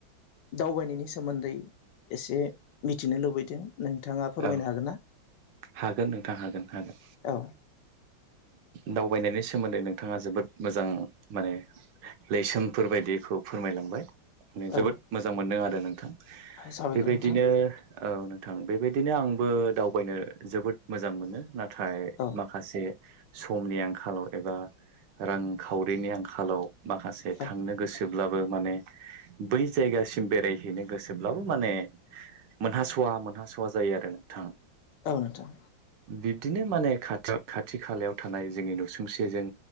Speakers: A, on the left (about 70°); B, on the right (about 70°).
A: दावबायनायनि सोमोन्दै एसे मिथिनो लुबैदों नोंथाङा फोरमायनो
B: औ
A: हागोन ना
B: हागोन नोंथां हागोन हागोन
A: औ
B: दावबायनायनि सोमोन्दै नोंथाङा जोबोद मोजां माने लैसोमफोर बायदिखौ फोरमायलांबाय ने जोबोद
A: औ
B: मोजां मोनदों आरो नोंथां
A: साबायखर
B: बेबायदिनो
A: नोंथां
B: औ नोंथां बेबायदि आंबो दावबायनो जोबोद मोजां मोनो नाथाय
A: औ
B: माखासे समनि आंखालाव एबा रांखावरिनि आंखालाव माखासे
A: औ
B: थांनो गोसो ब्लाबो माने बै जायगासिम बेरायहैनो गोसोब्लाबो माने मोनहास'आ मोनहास' थ जायो आरो नोंथां
A: औ नोंथां
B: बिब्दिनो माने खाथि खाथि खालायाव थानाय जोंनि नुसुंसेजों